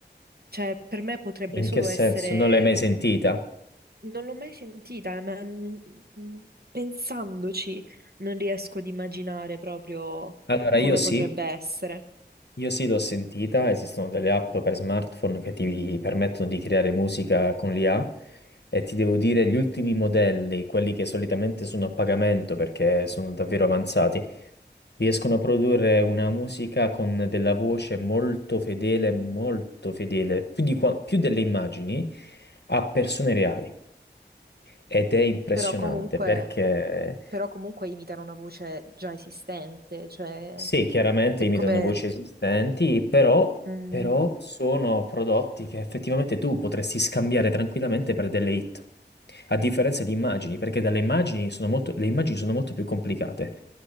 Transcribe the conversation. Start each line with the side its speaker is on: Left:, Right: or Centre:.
Right: Cioè, per me potrebbe
Left: in
Right: solo
Left: che senso?
Right: essere
Left: Non l'hai mai sentita?
Right: Non l'ho mai sentita, ma mm, mm, pensandoci non riesco ad immaginare proprio
Left: Allora,
Right: come
Left: io sì,
Right: potrebbe essere.
Left: Io sì, l'ho sentita, esistono delle app per smartphone che ti permettono di creare musica con l'IA e ti devo dire gli ultimi modelli, quelli che solitamente sono a pagamento perché sono davvero avanzati, riescono a produrre una musica con della voce molto fedele, molto fedele, più di qua- più delle immagini a persone reali ed è impressionante
Right: Però comunque,
Left: perché...
Right: però comunque imitano una voce già esistente, cioè
Left: Sì, chiaramente
Right: è
Left: imitano
Right: come...
Left: voci esistenti, però,
Right: mm,
Left: però sono prodotti che effettivamente tu potresti scambiare tranquillamente per delle hit, a differenza di immagini, perché dalle immagini sono molto, le immagini sono molto più complicate,